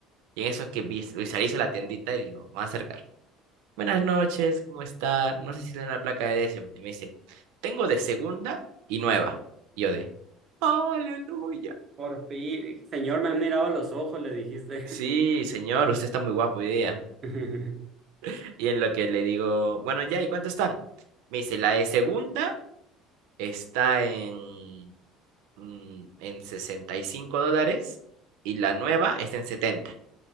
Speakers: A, on the right; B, on the right.
A: Y en eso que vi- visualizo la tiendita y digo, me voy a acercar. Buenas noches, ¿cómo está? No sé si tiene la placa de décima. Y me dice, tengo de segunda y nueva. Y yo de, aleluya.
B: Por fin, señor, me han mirado a los ojos, le dijiste.
A: Sí, señor, usted está muy guapo hoy día.
B: <laughs>
A: <laughs> Y en lo que le digo, bueno, ya, ¿y cuánto están? Me dice, la de segunda está en mm, en sesenta y cinco dólares y la nueva está en setenta